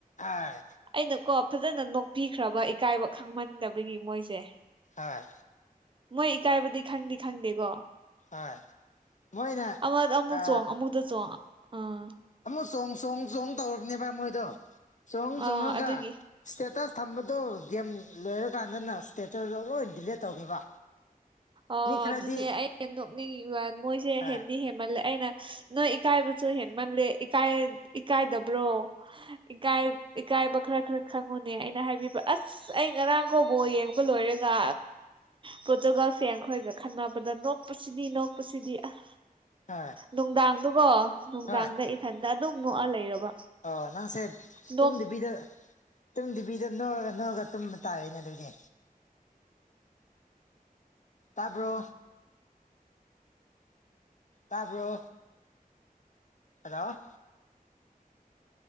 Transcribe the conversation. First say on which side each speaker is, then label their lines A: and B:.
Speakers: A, on the left; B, on the right.
A: ꯑꯥ
B: ꯑꯩꯅ ꯀꯣ ꯐꯖꯅ ꯅꯣꯛꯄꯤꯈ꯭ꯔꯕ ꯏꯀꯥꯏꯕ ꯈꯪꯃꯟꯗꯕꯒꯤ ꯃꯣꯏꯁꯦ
A: ꯍꯣꯏ
B: ꯃꯣꯏ ꯏꯀꯥꯏꯕꯗꯤ ꯈꯪꯗꯤ ꯈꯪꯗꯦꯀꯣ
A: ꯍꯣꯏ ꯃꯣꯏꯅ
B: ꯑꯃꯗ ꯑꯃꯨꯛ
A: ꯑ
B: ꯆꯣꯡ ꯑꯃꯨꯛꯇ ꯆꯣꯡ ꯑꯥ
A: ꯑꯃꯨꯛ ꯆꯣꯡ ꯆꯣꯡ ꯆꯣꯡ ꯇꯧꯔꯕꯅꯦꯕ ꯃꯣꯏꯗꯣ ꯆꯣꯡ
B: ꯑꯥ
A: ꯆꯣꯡꯉꯒ
B: ꯑꯗꯨꯒꯤ
A: ꯏꯁꯇꯦꯇꯁ ꯊꯝꯕꯗꯨꯣ ꯒꯦꯝ ꯂꯣꯏꯔꯀꯥꯟꯗꯅ ꯏꯁꯇꯦꯇꯗꯣ ꯂꯣꯏ ꯗꯤꯂꯦꯠ ꯇꯧꯈꯤꯕ
B: ꯑꯣ
A: ꯃꯤ ꯈꯔꯗꯤ
B: ꯑꯗꯨꯅꯦ ꯑꯩ ꯅꯣꯛꯅꯤꯡꯉꯤꯕ ꯃꯣꯏꯁꯦ
A: ꯍꯣꯏ
B: ꯍꯦꯟꯗꯤ ꯍꯦꯟꯃꯜꯂꯦ ꯑꯩꯅ ꯅꯣꯏ ꯏꯀꯥꯏꯕꯁꯨ ꯍꯦꯟꯃꯜꯂꯦ ꯏꯀꯥꯏ ꯏꯀꯥꯏꯗꯕ꯭ꯔꯣ ꯏꯀꯥꯏ ꯏꯀꯥꯏꯕ ꯈꯔ ꯈꯔ ꯈꯪꯉꯨꯅꯦ ꯑꯩꯅ ꯍꯥꯏꯕꯤꯕ ꯑꯁ ꯑꯩ ꯉꯔꯥꯡ ꯀꯣ ꯕꯣ ꯌꯦꯡꯕ ꯂꯣꯏꯔꯒ ꯄꯣꯔꯇꯨꯒꯥꯜ ꯐꯦꯡꯈꯣꯏꯒ ꯈꯟꯅꯕꯗ ꯅꯣꯛꯄꯁꯤꯗꯤ ꯅꯣꯛꯄꯁꯤꯗꯤ ꯑꯥ
A: ꯍꯣꯏ
B: ꯅꯨꯡꯗꯥꯡꯗꯨꯒꯣ ꯅꯨꯡꯗꯥꯡꯗ
A: ꯍꯣꯏ
B: ꯏꯊꯟꯇ ꯑꯗꯨꯝ ꯅꯣꯛꯑ ꯂꯩꯔꯕ
A: ꯑꯣ ꯅꯪꯁꯦ
B: ꯅꯣꯛ
A: ꯇꯨꯝꯗꯤꯕꯤꯗ ꯇꯨꯝꯗꯕꯤꯗ ꯅꯣꯛꯑꯒ ꯅꯣꯛꯑꯒ ꯇꯨꯝꯕ ꯇꯥꯔꯦꯅꯦ ꯑꯗꯨꯗꯤ ꯇꯕ꯭ꯔꯣ ꯇꯥꯕ꯭ꯔꯣ ꯍꯔꯣ